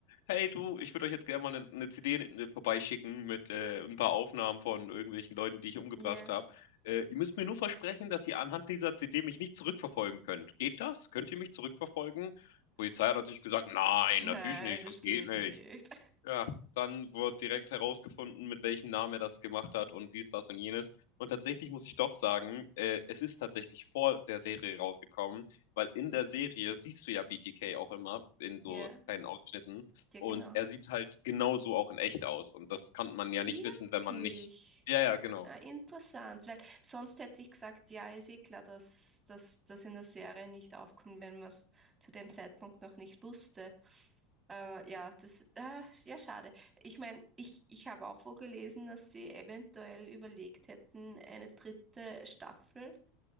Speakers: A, on the left (about 80°); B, on the right (about 20°).
A: Hey, du, ich würde euch jetzt gerne mal eine, eine CD in- vorbeischicken mit äh, ein paar Aufnahmen von irgendwelchen Leuten, die ich umgebracht
B: ja
A: habe. Äh, ihr müsst mir nur versprechen, dass ihr anhand dieser CD mich nicht zurückverfolgen könnt. Geht das? Könnt ihr mich zurückverfolgen? Die Polizei hat natürlich gesagt: Nein,
B: Nein,
A: natürlich nicht.
B: das
A: Das geht
B: geht
A: nicht.
B: nicht.
A: Ja, dann wird direkt herausgefunden, mit welchem Namen er das gemacht hat und dies, das und jenes. Und tatsächlich muss ich doch sagen, äh, es ist tatsächlich vor der Serie rausgekommen, weil in der Serie siehst du ja BTK auch immer in so
B: ja
A: kleinen Ausschnitten
B: Ja,
A: und
B: genau.
A: er sieht halt genauso auch in echt aus. Und das kann man ja
B: Wirklich?
A: nicht wissen, wenn man nicht. Ja, ja, genau.
B: Ah, interessant, weil sonst hätte ich gesagt, ja, ist eh klar, dass das in der Serie nicht aufkommt, wenn man es zu dem Zeitpunkt noch nicht wusste. Aber ja, das, äh, ja, schade. Ich meine, ich, ich habe auch wo gelesen, dass sie eventuell überlegt hätten, eine dritte Staffel,